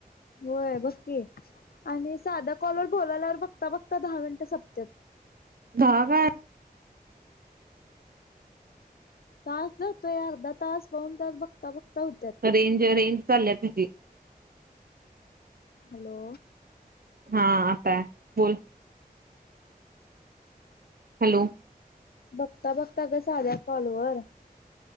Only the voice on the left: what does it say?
होय बघ की, आणि साध्या कॉलवर बोलाल्यावर बघता बघता दहा मिनिटं सपत्यात.
तास जतोय, अर्धा तास, पाऊन तास बघता बघता होत्यात.
हॅलो!
बघता बघता गं साध्या कॉलवर